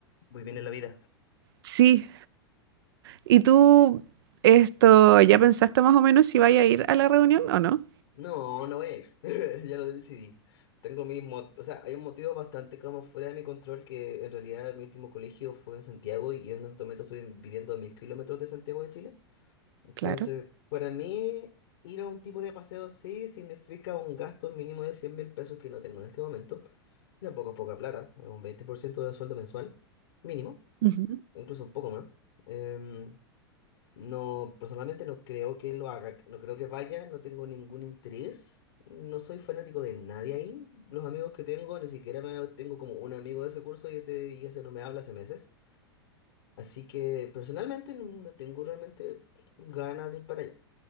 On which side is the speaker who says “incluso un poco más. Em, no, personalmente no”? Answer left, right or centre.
Left